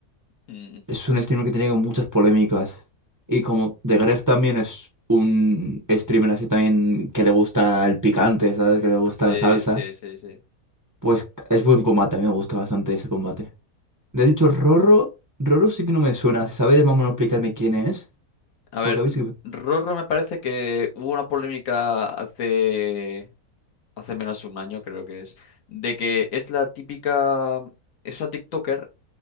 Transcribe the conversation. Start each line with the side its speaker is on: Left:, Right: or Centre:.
Left: Mm,
Right: Es un
Left: es-
Right: streamer que tiene como muchas polémicas. Y como The Gref también es un streamer así también que le gusta el picante, ¿sabes? Que le gusta
Left: Sí,
Right: la salsa.
Left: sí, sí, sí.
Right: Pues es buen combate, a mí me gusta bastante ese combate. Le he dicho Rorro, Rorro sí que no me suena, si sabes, vamos a explicarme quién es,
Left: A
Right: porque
Left: ver,
Right: a mí sí que...
Left: Rorro me parece que hubo una polémica hace hace menos de un año creo que es, de que es la típica, es una TikToker